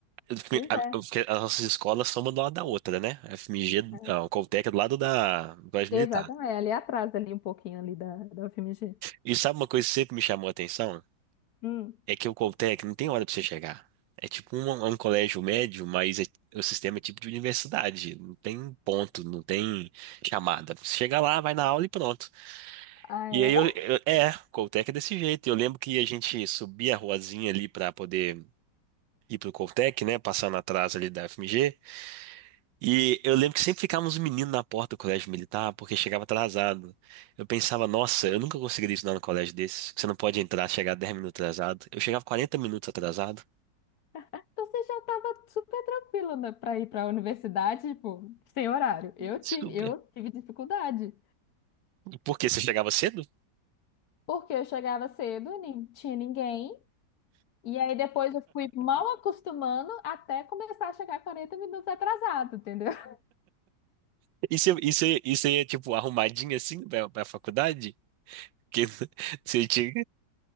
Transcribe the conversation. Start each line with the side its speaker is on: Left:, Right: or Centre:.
Right: Eu fui-
Left: Pois
Right: a-
Left: é,
Right: Porque as nossas escolas são uma do lado da outra, né? A FMG,
Left: é.
Right: a Coltec é do lado da do Colégio
Left: exatamente.
Right: Militar.
Left: Ali atrás, ali um pouquinho ali da, da UFMG.
Right: E sabe uma coisa que sempre me chamou a atenção?
Left: Hum.
Right: É que o Coltec não tem hora pra você chegar. É tipo um, é um colégio médio, mas é- o sistema é tipo de universidade. Não tem ponto, não tem chamada. Você chega lá, vai na aula e pronto.
Left: Ah,
Right: E
Left: é?
Right: aí eu, eu- é, o Coltec é desse jeito. Eu lembro que a gente subia a ruazinha ali pra poder ir pro Coltec, né? Passando atrás ali da FMG. E eu lembro que sempre ficavam uns meninos na porta do colégio militar, porque chegava atrasado. Eu pensava, nossa, eu nunca conseguiria estudar no colégio desse. Você não pode entrar, chegar 10 minutos atrasado. Eu chegava 40 minutos atrasado.
Left: Então você já estava super tranquilo né, para ir para a universidade, tipo, sem horário. Eu
Right: Super.
Left: tive, eu tive dificuldade,
Right: Porque você chegava cedo?
Left: porque eu chegava cedo, nem tinha ninguém, e aí depois eu fui mal acostumando até começar a chegar 40 minutos atrasado, entendeu? <laughs>
Right: E você, e você, e você ia, tipo, arrumadinha assim pra, pra faculdade? Que <laughs> você tinha...